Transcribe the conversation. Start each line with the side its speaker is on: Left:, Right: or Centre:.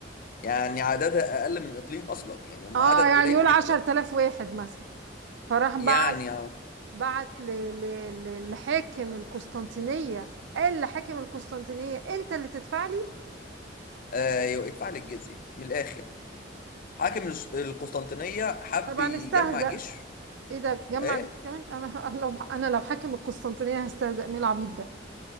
Left: يعني عددها أقل من إقليم أصلا يعني هم
Right: اه
Left: عدد
Right: يعني
Left: قليل
Right: يقول عشر
Left: جدا
Right: تلاف واحد مثلا فراح بعت
Left: يعني
Right: بعت ل- ل- ل- لحاكم القسطنطينية قال لحاكم القسطنطينية انت اللي تدفع لي
Left: آه، يدفع لي الجزية من الآخر حاكم الس- القسطنطينية حب
Right: طبعا
Left: يجمع
Right: استهزأ
Left: جيش
Right: ايه ده جمع
Left: ايه
Right: جيش كمان انا <laughs> لو انا لو حاكم القسطنطينية هستهزأ مين العبيط ده